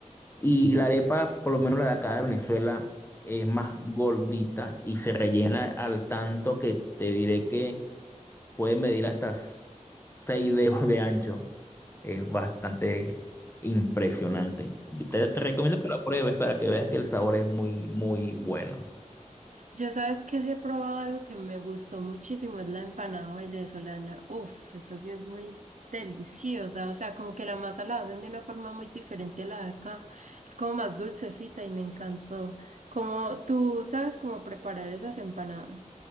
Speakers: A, on the left; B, on the right.
A: Y la arepa, por lo menos la de acá de Venezuela, es más gordita y se rellena al tanto que te diré que puede medir hasta seis dedos de ancho. Es bastante impresionante. Yo te, te recomiendo que lo pruebes para que veas que el sabor es muy, muy bueno.
B: Yo sabes que sí he probado algo que me gustó muchísimo, es la empanada venezolana. Uf, esa sí es muy deliciosa, o sea, como que la masa la hacen de una forma muy diferente a la de acá, es como más dulcecita y me encantó. Como tú sabes cómo preparar esas empanadas.